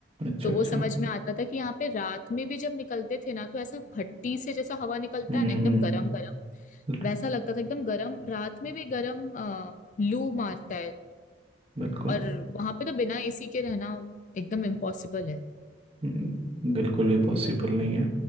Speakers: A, on the right (about 30°); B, on the left (about 45°).
A: अच्छा
B: तो
A: अच्छा
B: वो समझ में आता था कि यहाँ पे रात में भी जब निकलते थे ना तो ऐसा भट्टी से जैसा हवा निकलता
A: हम्म
B: है ना एकदम
A: हम्म
B: गरम गरम
A: बिल-
B: वैसा लगता था एकदम गरम रात में भी गरम अ, लू मारता है
A: बिल्कुल
B: और वहां पे तो बिना एसी के रहना एकदम इम्पॉसिबल है
A: हम्म, बिल्कुल ये पॉसिबल
B: दिल्ली
A: नहीं है